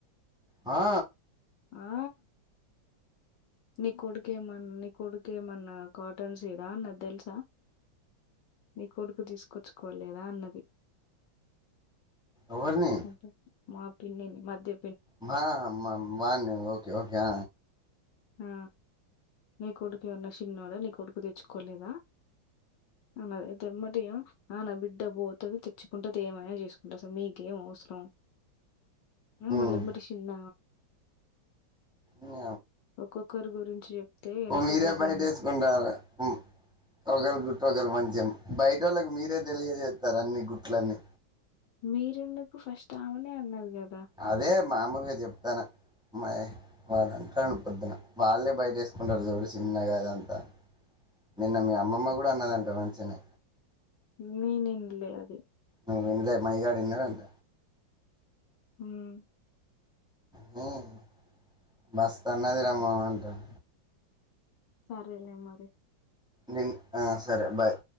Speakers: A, in the centre; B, on the left.
A: హా
B: ఆ నీ కొడ్క్ కేమన్నా నీ కొడుకు ఏమన్నా కాటన్ సీడా అన్నది తెల్సా నీ కొడుకు తీసుకొచ్చుకోలేదా అన్నది
A: ఓవర్ని
B: అబ్బా! మా పిన్నిని మ తి
A: మా మ వాన్ని ఓకేఓకే
B: ఆ నీ కొడుకు ఎమన్న చిన్నొడా నీ కొడుకు తెచ్చుకోలేదా అన్నది ఐతే ఎమ్మటే ఈ ఆ నా బిడ్డ పోతది తెచ్చుకుంటది ఏమైనా చేసుకుంటది అస మీకేం అవ్స్ స్రం
A: ఉమ్
B: మళ్ళె ఎమ్మటె శిన్న
A: మీ
B: ఒక్కొక్కరి గురించి జెప్తే ఎనక
A: మీరే
B: బజార్
A: బయట
B: మొత్తం
A: ఏసుకుంటారు హమ్ ఒకల్ గుట్టు ఒకలు మంచింగ బయట ఓళ్ళకి మీరే తెలియజేత్తరు అన్ని గుట్లన్ని
B: మీరెందుకు ఫస్ట్ ఆమెనే అన్నది గద్
A: అదే మామూలుగా చెప్తాన మయ్ వాడు అంటాండు పొద్దున వాళ్ళే బయట ఏసుకుంటారు చూడు చిన్నగాదంతా నిన్న మీ అమ్మమ్మ కు కూడ అన్నదంట మంచినే
B: నీనిన్ లే అది
A: నువ్వు ఇన్లే మైగాడు ఇన్నడంట
B: హమ్
A: హమ్ మస్త్ అన్నదిరా అంటాం
B: సరేలే మరి
A: నిన్ ఆ సరే బాయ్